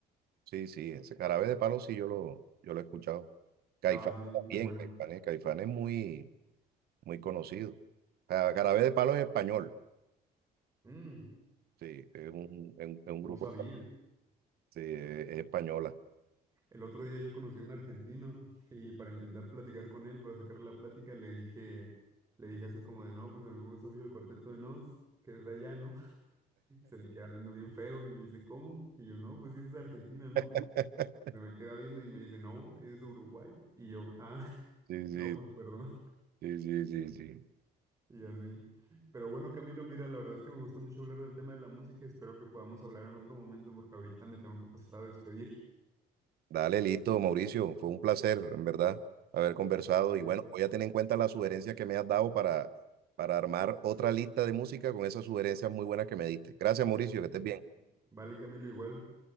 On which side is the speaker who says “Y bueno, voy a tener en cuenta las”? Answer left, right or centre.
Right